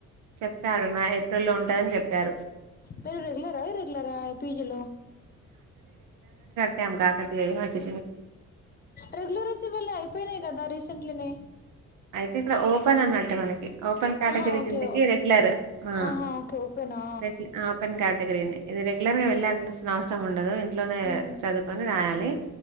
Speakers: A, on the right; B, on the left.
A: చెప్పారు మ ఏప్రిల్లో ఉంటందని చెప్పారు
B: మీరు రెగ్యులర్ ఆ ఇర్రెగ్యులర్ పీజీలో
A: టైమ్ కాకతీ హచి
B: రెగ్యులర్ అయితే మళ్ళ అయిపోయినాయి కదా రీసెంట్లీనే
A: అయితే ఇక్కడ ఓపెన్ అన్నట్టు మనకి ఓపెన్ కేటగిరీ
B: ఆహా ఓకే
A: కిందకి రెగ్యులర్ ఆ
B: ఆహా ఓకే ఓపెనా
A: రె గ్లు ఆపెన్ కేటగిరీ అండి ఇది రెగ్యులర్ గా వెళ్ళాల్సిన అవసరం ఉ ఇంట్లోనే
B: ఆ
A: చదువుకొని రాయాలి